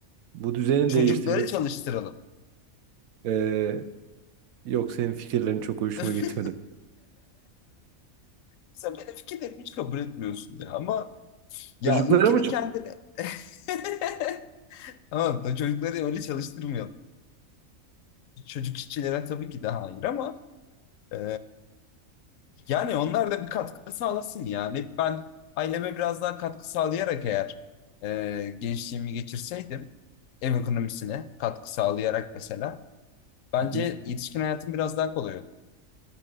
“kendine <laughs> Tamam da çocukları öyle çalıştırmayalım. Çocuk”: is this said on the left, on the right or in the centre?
Left